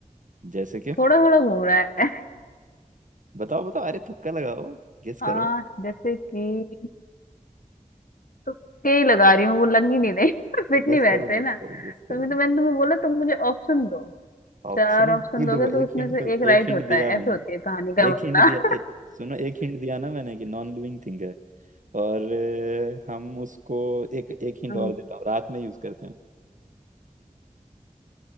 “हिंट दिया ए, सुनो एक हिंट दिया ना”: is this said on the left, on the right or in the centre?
Right